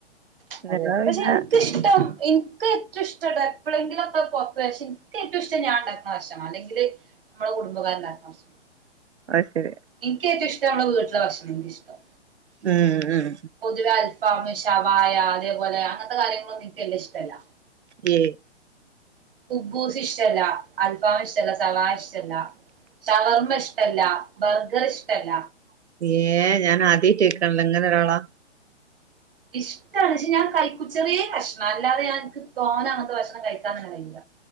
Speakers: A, on the right; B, on the right.
A: അതെ
B: അല്ലാതെ
A: പക്ഷെ
B: പിന്നെ
A: എനിക്കിഷ്ടം എനിക്ക് ഏറ്റവും ഇഷ്ട എപ്പോഴെങ്കിലും ഒക്ക പുറത്തകഷ്ണം എനിക്ക ഏറ്റവും ഇഷ്ടം ഞാൻണ്ടാക്കുന്ന ഭക്ഷണാണ് അല്ലെങ്കില് നമ്മടെ കുടുംബക്കാര്ണ്ടാക്കുന്ന ഭക്ഷണം
B: അത് ശരി
A: എനക്ക് ഏറ്റവും ഇഷ്ടം നമ്മടെ വീട്ടിലെ ഭക്ഷണം എനിക്കിഷ്ടം
B: ഉം ഉം
A: പൊതുവെ അൽഫാം ഷവായ അതേപോലെ അങ്ങനത്തെ കാര്യങ്ങളൊന്നും എനക്കങ്ങ് വല്ല്യ ഇഷ്ടല്ല
B: ഏ
A: ഉബൂസ് ഇഷ്ടല്ല അൽഫമ ഇഷ്ടല്ല സവാ ഇഷ്ടല്ല ചവർമ്മ ഇഷ്ടല്ല ബർഗർ ഇഷ്ടല്ല
B: ഏ ഞാൻ ആദ്യയിട്ട് കേക്കാണല്ലോ ഇങ്ങനെ ഒരാളാ
A: ഇഷ്ടാണ്ക്ഷെ ഞാൻ കൈക്കുച്ചെറിയേ കഷ്ണംല്ലാതെ ക്ക് തോന്ന അങ്ങത്തെ ഭക്ഷണം കഴിക്കാൻന്നെ കഴയില്ല